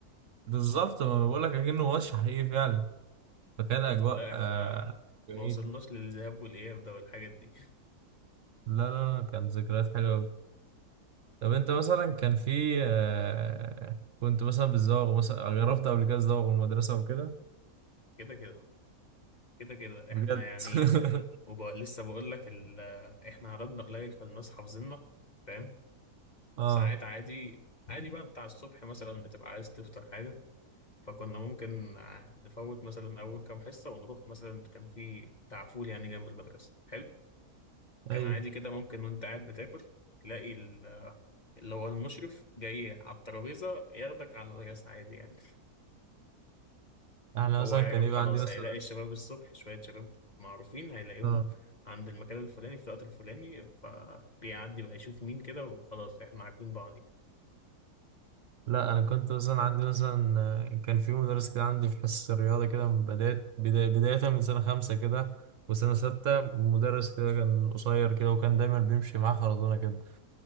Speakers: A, on the right (about 60°); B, on the left (about 30°).
A: بالظبط ما بقول لك اكنه ماتش حقيقي فعلا فكان اجواء
B: لا احنا
A: آه جميل
B: ما وصلناش للذهاب والإياب ده والحاجات دي
A: لا لا لا كانت ذكريات حلوه أوي. طب انت مثلا كان في آه كنت مثلا بتزوغ مثلا جربت قبل كده تزوغ من المدرسه وكده
B: <laughs> كده كده كده كده
A: بجد
B: احنا يعني
A: <laughs>
B: وبقى لسه بقول لك ال... احنا عددنا قليل فالناس حافظيننا فاهم
A: اه
B: ساعات عادي عادي بقى بتاع الصبح مثلا بتبقى عايز تفطر حاجة فكنا ممكن ع- نفوت مثلا أول كام حصة ونروح مثلا كان في بتاع فول يعني جنب المدرسة حلو كان
A: ايوه
B: عادي كده ممكن وأنت قاعد بتاكل تلاقي ال- اللي هو المشرف جاي على الترابيزة ياخدك على المدرسة عادي يعني
A: احنا
B: هو
A: مثلا
B: عارف
A: كان يبقى
B: خلاص
A: عندي مثلا
B: هيلاقي الشباب الصبح شوية شباب معروفين هيلاقيهم
A: اه
B: عند المكان الفلاني في الوقت الفلاني فبيعدي بقى يشوف مين كده وخلاص احنا عارفين بعض يعني.
A: لا انا كنت مثلا عندي مثلا آه، كان في مدرس كده عندي في حصة الرياضة كده من بداية بداية بداية من سنة خمسة كده وسنة ستة مدرس كده كان قصير كده وكان دايما بيمشي معاه خرزونة كده